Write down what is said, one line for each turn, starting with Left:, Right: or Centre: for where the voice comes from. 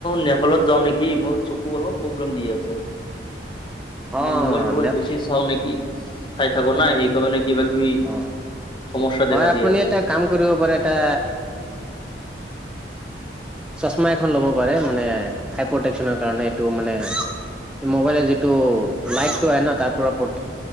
Left: নেপালত যাওঁ নেকি মোৰ চকু অলপ প্ৰব্লেম দি আছে। মানে
Centre: অ
Left: মোবাইল ট'বাইল
Centre: নে
Left: বেছি চাওঁ নেকি চাই থাকো না সেইকাৰণে কিবা কিবি
Centre: অ
Left: সমস্যা দেখা
Centre: হয় আপুনি
Left: দি আছে
Centre: এটা কাম কৰিব পাৰে এটা। চশমা এখন ল'ব পাৰে মানে হাই প্ৰটেকচনৰ কাৰণে এইটো মানে। মোবাইলে যিটো লাইটটো আহে ন তাৰ পৰা প্ৰত